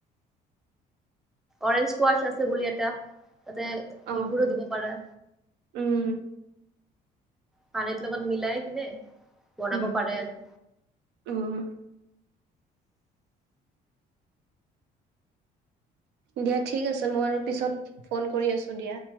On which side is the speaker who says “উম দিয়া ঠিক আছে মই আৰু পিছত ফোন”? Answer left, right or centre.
Right